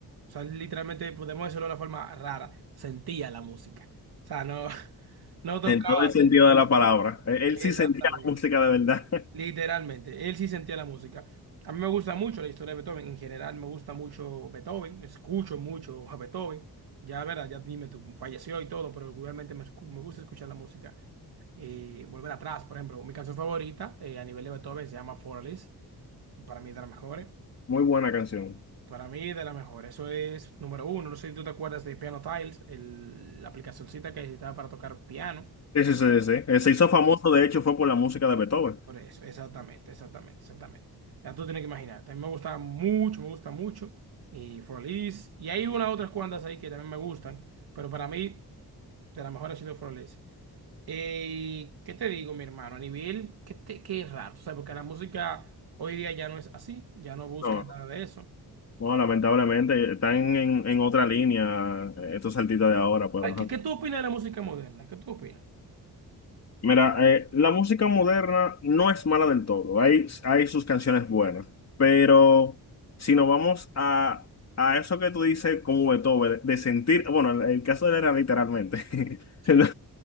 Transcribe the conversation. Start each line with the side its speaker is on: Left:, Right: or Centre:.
Right: O sea, literalmente, podemos decirlo de una forma rara, sentía la música. O sea, no, <laughs> no tocaba
Left: En todo el
Right: simplemente.
Left: sentido de la palabra. Él, él
Right: Exactamente.
Left: sí sentía la música de verdad. <laughs>
Right: Literalmente, él sí sentía la música. A mí me gusta mucho la historia de Beethoven, en general me gusta mucho Beethoven, escucho mucho a Beethoven. Ya, verdad, ya dime tú, falleció y todo, pero regularmente me, escu- me gusta escuchar la música. Eh, volver atrás, por ejemplo, mi canción favorita eh, a nivel de Beethoven se llama Forlis, para mí de las mejores.
Left: Muy buena canción.
Right: Para mí de las mejores, eso es número uno. No sé si tú te acuerdas de Piano Tiles, el- la aplicacioncita que necesitaba para tocar piano.
Left: Sí, sí, sí, sí. Eh, Se hizo famoso, de hecho, fue por la música de Beethoven.
Right: Por eso, exactamente, exactamente, exactamente. Ya tú tienes que imaginar. También me gusta mucho, me gusta mucho. Y Forlis. Y hay unas otras cuantas ahí que también me gustan. Pero para mí, de las mejores ha sido Forlis. Eh, ¿qué te digo, mi hermano? A nivel, qué, te- qué raro. O sea, porque la música hoy día ya no es así. Ya no busca
Left: No,
Right: nada de eso.
Left: no, lamentablemente, están en, en otra línea eh, estos artistas de ahora, pero
Right: Ay,
Left: ajá.
Right: ¿Qué, qué tú opinas de la música moderna? ¿Qué tú opinas?
Left: Mira, eh, la música moderna no es mala del todo. Hay, hay sus canciones buenas. Pero si nos vamos a, a eso que tú dices como Beethoven, de sentir, bueno, el caso de él era literalmente.
Right: Sí.
Left: <laughs>